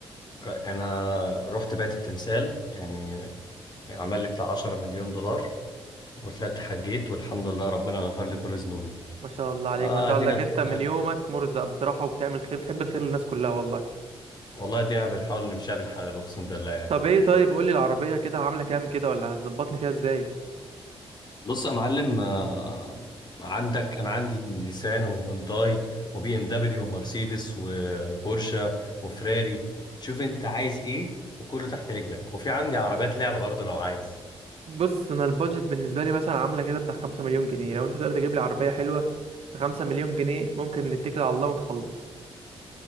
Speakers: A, on the left; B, on the right.
A: انا رحت بيت التمثال يعني عمل لي بتاع 10 مليون دولار وطلعت حجيت والحمد لله ربنا غفر لي كل ذنوبي
B: ما شاء الله عليك
A: آه
B: ما شاء
A: ادينا
B: الله عليك
A: ب...
B: انت من
A: آه،
B: يومك مرزق بصراحه وبتعمل خير بتحب الخير للناس كلها والله
A: والله ادينا بنحاول نمشيها بالحلال اقسم بالله يعني
B: طب ايه طيب قولي العربيه كده عامله كام كده ولا هتظبطني فيها ازاي
A: بص يا معلم آه عندك انا عندي نيسان وهيونداي وبي ام دبليو ومرسيدس وبورشة وفراري شوف انت عايز ايه وكله تحت رجلك وفي عندي عربيات لعبة برضه لو عايز
B: بص انا البادجت بالنسبه لي مثلا عامله كده بتاع 5 مليون جنيه لو انت تقدر تجيب لي عربيه حلوه ب 5 مليون جنيه ممكن نتكل على الله ونخلص